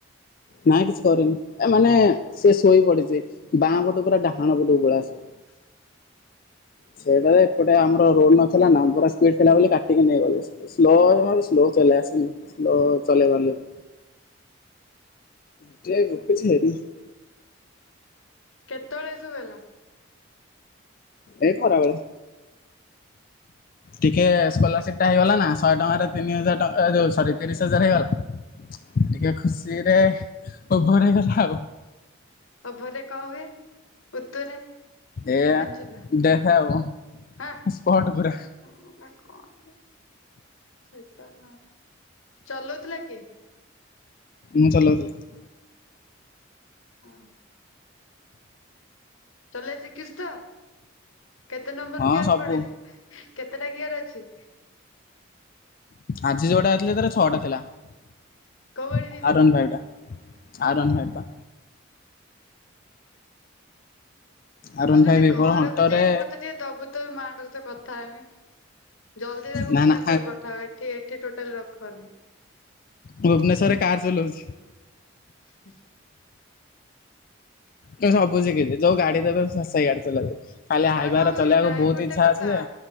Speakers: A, on the left; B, on the left.
A: ନାଇଁ କିଛି କରିନି। ଏ ମାନେ ସେ ଶୋଇ ପଡିଛି। ବାଁ ପଟୁ ପୁରା ଡାହାଣ ପଟୁକୁ ଗୋଳା ଆସିଲା।
B: <inaudible>
A: ସେଇଟାରେ ଏପଟେ ଆମର ରୋଡ ନଥିଲା ନା <unintelligible> ସ୍ପିଡ଼୍ ଥିଲା ବୋଲି କାଟିକି ନେଇଗଲି। ସ୍ଲୋ ମୋର ସ୍ଲୋ ଚଲେଇ ଆସେନି ସ୍ଲୋ ଚଲେଇ ପାରିଲିନି। <unintelligible>
B: କେତେବେଳେ ଏ ସବୁ ହେଲା?
A: ଏ ଖରାବେଳେ।
B: <inaudible>
A: ଟିକେ ସ୍କଲାରସିପଟା ହେଇଗଲା ନା ଶହେ ଟଙ୍କାରେ ତିନି ହଜାର ଟଙ୍କା ସରି ତିରିଶ ହଜାର ହେଇଗଲା। ଟିକେ ଖୁସିରେ ଓଭର ହେଇଗଲା ଆଉ।
B: ଓଭରରେ କଣ ହୁଏ ଉତ୍ତୁରେ।
A: ଏଆ
B: ଜାଣିଛୁ ନା?
A: ଦେଖେଉ
B: ହା
A: ସ୍ପଟ ପୁରା।
B: <unintelligible> <inaudible> ଚଲଉଥିଲା କିଏ?
A: ମୁଁ ଚଲଉଥିଲି।
B: ହଁ। ଚଲେଇଆ ଶିଖିଚୁ ତ, କେତେ ନମ୍ବର
A: ହଁ
B: ଗିଅର
A: ସବୁ
B: ପଡେ? କେତେଟା ଗିଅର ଅଛି।
A: ଆଜି ଯୋଉଟା ଥିଲା ତାର ଛଅଟା ଥିଲା ଆର
B: କୋଉ ଗାଡି ନେଇଥିଲୁ?
A: ୱାନ ଫାଇପଟା। ଆରୱାନ ପାଇପ ବା। ଆରନ୍
B: କୋଉ ଦିନ
A: ଫାଇଭ୍
B: ଟିକେ
A: ଏବେର
B: ଘରକୁ
A: ହଣ୍ଟରେ
B: ଯାଇକି ମତେ ଟିକେ ଦବୁ ତ ମାଙ୍କ ସହିତ କଥାହେମି ଜଲଦି ତାକୁ
A: ନା
B: ଭୁବନେଶ୍ଵର
A: ନା
B: ପଠାଅ ଏଠି ଏଠି ଟୋଟାଲ ରଖନି।
A: ଭୁବନେଶ୍ୱରରେ କାର୍ ଚଲଉଛି।
B: <unintelligible>
A: ମୁଁ ସବୁ ଶିଖିଛି ଯୋଉ ଗାଡି ଦେବେ ସେଇ ଗାଡ଼ି ଚଲାଇଦେବି। ଖାଲି
B: ତାହେଲେ
A: ହାଇଭାରା
B: କଣ କହୁଛି
A: ଚଲେଇବାକୁ
B: ଡ୍ରାଇଭର
A: ବହୁତ ଇଚ୍ଛା
B: ଟା କରିଦବା।
A: ଅଛି ଯେ,